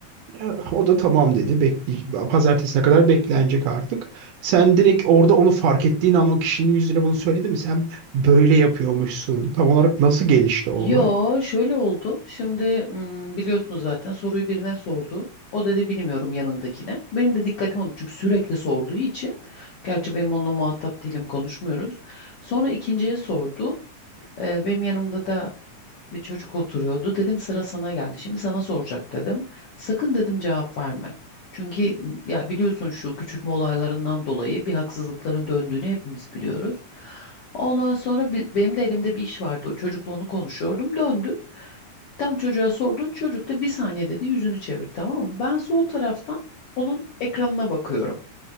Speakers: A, on the right (about 75°); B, on the left (about 70°).
A: Ya, O da tamam dedi. Bekle, pazartesine kadar beklenecek artık. Sen direkt orada onu fark ettiğin an o kişinin yüzüne bunu söyledi mi? Sen böyle yapıyormuşsun. Tam olarak nasıl gelişti o olay?
B: Yo şöyle oldu. Şimdi mm, biliyorsunuz zaten soruyu birine sordu. O dedi bilmiyorum yanındakine. Benim de dikkatim oldu çünkü sürekli sorduğu için. Gerçi benim onunla muhatap değilim konuşmuyoruz. Sonra ikinciye sordu. Ee, benim yanımda da Bir çocuk oturuyordu. Dedim sıra sana geldi. Şimdi sana soracak dedim. Sakın dedim cevap verme. Çünkü ya biliyorsun şu küçültme olaylarından dolayı bir haksızlıkların döndüğünü hepimiz biliyoruz. Ondan sonra bi- benim de elimde bir iş vardı. O çocukla onu konuşuyordum. Döndü. Tam çocuğa sordu. Çocuk da bir saniye dedi yüzünü çevir tamam mı? Ben sol taraftan onun ekranına bakıyorum.